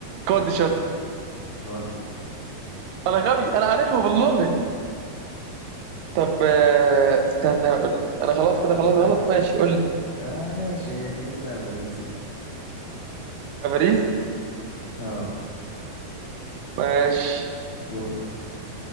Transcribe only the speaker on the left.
غلط
معاك
اه ماشي هي كده كده افاريس يعني
اه
دورك